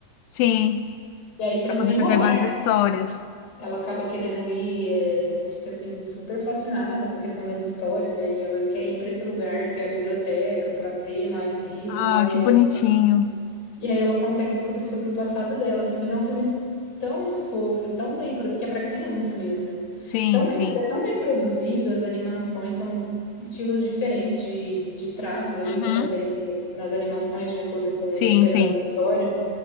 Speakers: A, on the left; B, on the left.
A: Sim,
B: E aí tem
A: para
B: o desenrolar
A: poder preservar as histórias.
B: Ela acaba querendo ir, eh, ela fica assim super fascinada com a questão das histórias, e aí ela quer ir para esse lugar que é a biblioteca para ver mais livros
A: Ah,
B: e tal, e
A: que
B: aí,
A: bonitinho.
B: ela- e aí ela consegue descobrir sobre o passado dela, assim, mas é um filme tão fofo e tão bem, pro- porque é para criança mesmo, né?
A: Sim,
B: Tão, mas
A: sim.
B: é tão bem produzido, as animações são estilos diferentes de, de traços ali
A: Uhum.
B: que acontecem nas animações de acordo com
A: Sim,
B: o pedaço
A: sim.
B: da história.